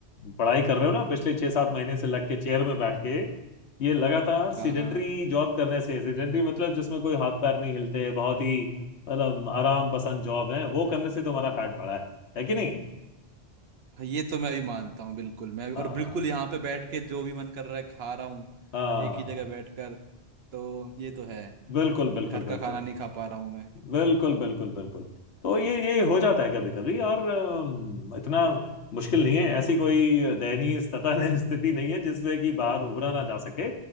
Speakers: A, on the left; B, on the right.
A: पढ़ाई कर रहे हो ना पिछले छह सात महीने से लग के चेयर में बैठ के ये लगातार सीडेंटरी
B: हाँ हाँ
A: जॉब करने से सीडेंटरी मतलब जिसमें कोई हाथ पैर नहीं हिलते बहुत ही मतलब आराम पसंद जॉब है वो करने से तुम्हारा फैट बढ़ा है है कि नहीं
B: हाँ, ये तो मैं भी मानता हूँ बिल्कुल मैं और
A: हाँ
B: बिल्कुल यहाँ पे बैठ के जो भी मन कर रहा है खा रहा हूँ
A: हाँ
B: एक ही जगह बैठकर तो ये तो है
A: बिल्कुल बिल्कुल
B: घर का
A: बिल्कुल
B: खाना नहीं खा पा रहा हूँ मैं
A: बिल्कुल बिल्कुल बिल्कुल तो ये ये हो जाता है कभी कभी और अम, इतना मुश्किल नहीं है ऐसी कोई दयनीय स्थिति <laughs> स्थिति नहीं है जिससे कि बाहर उभरा ना जा सके